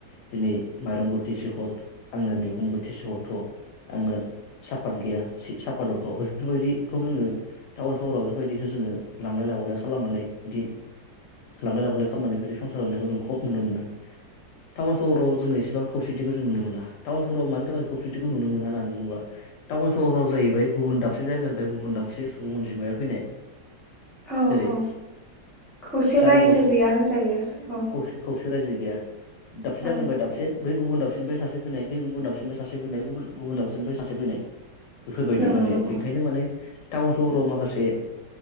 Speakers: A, on the left; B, in the centre.
A: दिनै माइरं बोथिसे हर आंनो मैगं बोथिसे हरथ' आंनो सापाट गैया सापात हरथ' बेफोरबायदिखौ जोङो टाउन सहराव बेफोरबायदिखौ जोङो लांलाय लाबोलाय खालामनानै बिदि लांलाय लाबोलाय खालामनानै बायदि संसार जानायखौ जों खम नुनो मोनो। टाउन सहराव जोङो इसेबां खौसेथिखौ जों नुनो मोना टाउन सहराव मानि थाखाय खौसेथिखौ नुनो मोना होननानै बुङोबा। टाउन सहराव जाहैबाय गुबुन दाबसे जायगानिफ्राय गुबुन दाबसे सुबुं अनजिमाया फैनाय।
B: औ।
A: जेरै
B: औ खौसे
A: गामि
B: रायजो
A: दरसे
B: गैया होनजायो औ
A: खौसे खौसे रायजो गैया। दाबसे जायगानिफ्राय
B: औ
A: दाबसे बै गुबुन दाबसेनिफ्राय सासे फैनाय बै गुबुन दाबसेनिफ्राय सासे फैनाय बै गुबुन दाबसेनिफ्राय सासे फैनाय। बेफोरबायदि
B: नंगौ
A: माने
B: नंगौ
A: बेनिखायनो माने टाउन सहराव माखासे